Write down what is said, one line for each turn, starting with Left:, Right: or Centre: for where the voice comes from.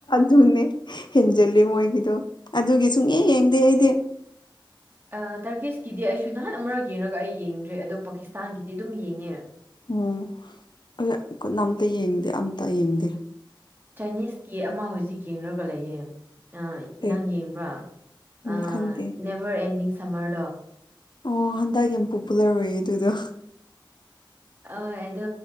Left: ꯑꯗꯨꯒꯅꯦ ꯍꯦꯟꯖꯤꯜꯂꯦ ꯃꯣꯏꯒꯤꯗꯣ ꯑꯗꯨꯒꯤ ꯁꯨꯡꯌꯦꯡ ꯌꯦꯡꯗꯦ ꯑꯩꯗꯤ
Right: ꯑ ꯇꯔꯀꯤꯁꯀꯤꯗꯤ ꯑꯩꯁꯨ ꯅꯍꯥꯟ ꯑꯃꯔꯛ ꯌꯦꯡꯉꯒ ꯑꯩ ꯌꯦꯡꯗ꯭ꯔꯦ ꯑꯗꯣ ꯄꯥꯀꯤꯁꯇꯥꯟꯒꯤꯗꯤ ꯑꯗꯨꯝ ꯌꯦꯡꯉꯦ
Left: ꯎꯝ ꯑꯩꯗꯤ ꯀꯅꯥꯝꯇ ꯌꯦꯡꯗꯦ ꯑꯝꯇ ꯌꯦꯡꯗꯦ
Right: ꯆꯥꯏꯅꯤꯁ ꯀꯤ ꯑꯃ ꯍꯧꯖꯤꯛ ꯌꯦꯡꯂꯒ ꯂꯩꯌꯦ ꯑ
Left: ꯑꯦ
Right: ꯅꯪ ꯌꯦꯡꯕ꯭ꯔꯥ
Left: ꯎꯝ
Right: ꯑꯥ
Left: ꯈꯪꯗꯦ
Right: ꯅꯦꯚꯔ ꯑꯦꯟꯗꯤꯡ ꯁꯝꯃꯔꯗꯣ
Left: ꯑꯣ ꯍꯟꯗꯛ ꯌꯥꯝ ꯄꯣꯄꯨꯂꯔ ꯑꯣꯏꯌꯦ ꯑꯗꯨꯗꯣ
Right: ꯑꯣꯏ ꯑꯗꯣ